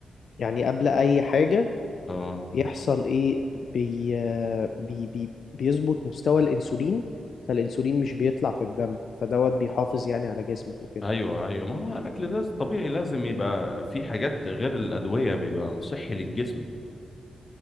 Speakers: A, on the left; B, on the left.
A: يعني قبل اي حاجة
B: اه
A: بيحصل ايه بي آه، بي بي بيظبط مستوى الانسولين فالانسولين مش بيطلع في الدم فدوت بيحافظ يعني على جسمك وكده
B: ايوه ايوه ما هو الاكل لازم طبيعي لازم يبقى في حاجات غير الادويه بيبقى صحي للجسم